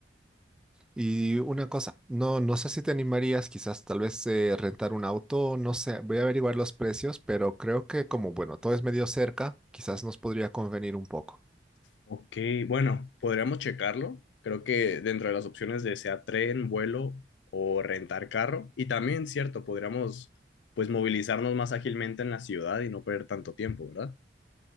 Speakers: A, in the centre; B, on the left.
A: Y una cosa, no, no sé si te animarías, quizás tal vez eh, rentar un auto, no sé, voy a averiguar los precios, pero creo que como, bueno, todo es medio cerca, quizás nos podría convenir un poco.
B: Ok, bueno, podríamos checarlo. Creo que dentro de las opciones de sea tren, vuelo o rentar carro, y también, cierto, podríamos pues movilizarnos más ágilmente en la ciudad y no perder tanto tiempo, ¿verdad?